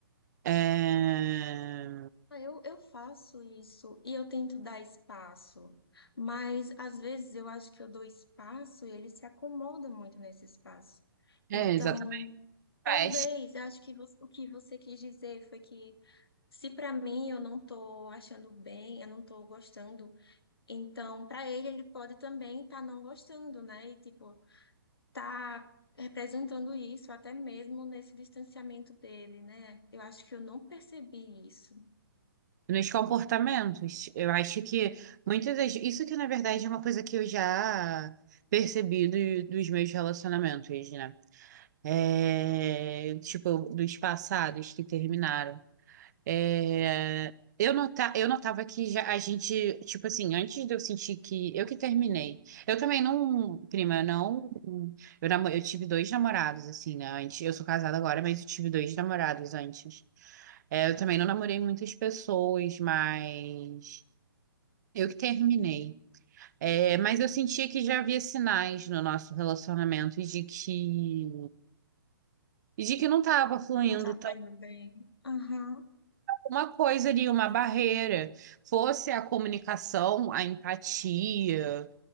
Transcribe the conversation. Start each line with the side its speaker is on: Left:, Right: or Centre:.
Right: É,
Left: Ah, Eu, eu faço isso e eu tento dar espaço, mas às vezes eu acho que eu dou espaço e ele se acomoda muito nesse espaço.
Right: é,
Left: Então,
Right: exatamente. Faz.
Left: talvez, eu acho que você- o que você quis dizer foi que se para mim eu não tô achando bem, eu não tô gostando, então para ele ele pode também estar não gostando, né? E tipo, tá representando isso até mesmo nesse distanciamento dele, né? Eu acho que eu não percebi isso.
Right: Nos comportamentos. Eu acho que muitas das. Isso que, na verdade, é uma coisa que eu já percebi do- dos meus relacionamentos, né? É, tipo, dos passados que terminaram. É, eu nota, eu notava que já a gente, tipo assim, antes de eu sentir que eu que terminei. Eu também não, prima, eu não. Eu, namo- eu tive dois namorados, assim, né? Antes, eu sou casada agora, mas eu tive dois namorados antes. É, eu também não namorei muitas pessoas, mas eu que terminei. É, mas eu sentia que já havia sinais no nosso relacionamento e de que, e de que não estava fluindo
Left: Não estava indo bem. Aham.
Right: uma coisa ali, uma barreira. Fosse a comunicação, a empatia,